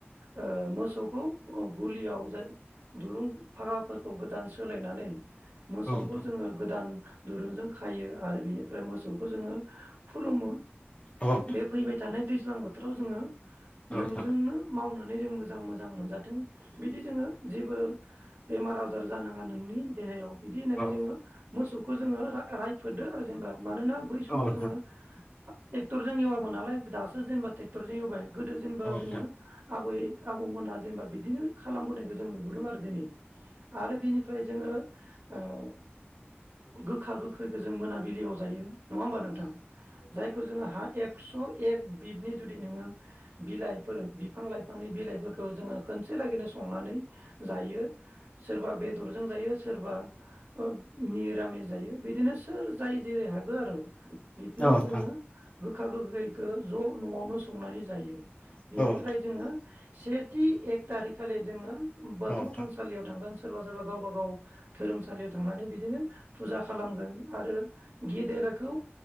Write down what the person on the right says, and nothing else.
ओ मोसौखौ आ गलियाव जाय दुरुं फागाफोरखौ गोदान सोलायनानै। मोसौखौ
जोङो गोदान दुरुंजों खायो आरो बिनिफ्राय मोसौखौ जोङो खुलुमो।
बे फैबाय थानाय दैज्लां बोथोराव जोङो
नोंजोंनो मावनो नानै जों मोजां मोजां मोनजाथों बिदि जोङो। जेबो बेमार आजार जानाङा नोंनि देहायाव । बिदि होननानै
जोङो मोसौ खौ जोङो रायफोदो आरो जेनेबा मानोना बै समाव
जोङो ट्रेक्टरजों ऐवआमोन नालाय दासो जेनेबा ट्रेक्टरजों ऐवबाय। गोदो जेनेबा
जोङो आबै आबौमोना जेनेबा बिदिनो खालामबोनाय जों नुबो दों आरो दिनै आरो बिनिफ्राय जोङो। ओ गोखा गोखैखौ जों मोनाबिलियाव जायो। नङा होमबा नोंथां जायखौ जोङो हा एक एक्स एक बिदनि जुदि नोङो बिलाइफोर बिफां लाइफांनि बिलाइफोरखौ जोङो खोनसे लागैनो संनानै जायो। सोरबा बेदरजों जायो सोरबा ओ मिरामिस जायो बिदिनो सोर जाय जेरै हागो आरो। बिदिनो
जोङो । गोखा गोखैखौ ज' न'आवनो संनानै जायो। बिनिफ्राय
जोङो। सेथि एक थारिकखालि जोङो। बाथौ
थानसालियाव थांगोन। सोरबा सोरबा गावबा गाव धोरोमसालियाव थांनानै बिदिनो फुजा खालामगोन आरो गेदेरखौ